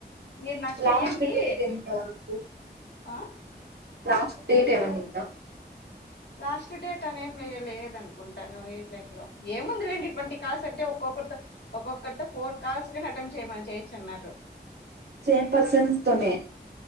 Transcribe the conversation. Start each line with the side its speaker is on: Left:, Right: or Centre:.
Left: మీరు నాకు
Right: లాస్ట్
Left: చెయ్యండి
Right: డేట్ ఎంత వరకు?
Left: ఆ
Right: లాస్ట్ డేట్ ఏమన్నా ఉందా
Left: లాస్ట్ డేట్ అని ఏం లేద అనుకుంటాను ఎట్లట్లో ఏముంది లేండి ఇటువంటి కాల్స్ అంటే ఒ క్క ఒక్కొక్కరితో ఫోర్ కాల్స్ అటెంప్ట్ చేయమని చేయొచ్చు అన్నారు
Right: సేమ్ పర్సన్స్ తోనే